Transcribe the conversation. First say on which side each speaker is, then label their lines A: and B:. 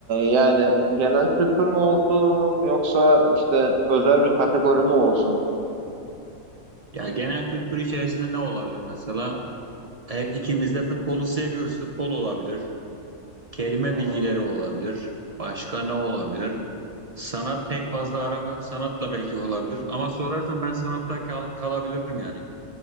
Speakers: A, on the right; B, on the right.
A: yani genel kültür mü olsun yoksa işte özel bir kategori mi olsun?
B: Ya genel kültür içerisinde ne olabilir mesela? Hep ikimiz de futbolu seviyoruz. Futbol olabilir. Kelime
A: Hı
B: bilgileri
A: hı.
B: olabilir. Başka ne olabilir? Sanat pek fazla aram yok. Sanatla belki olabilir. Ama sorarsan ben sanatta kal kalabilirim yani.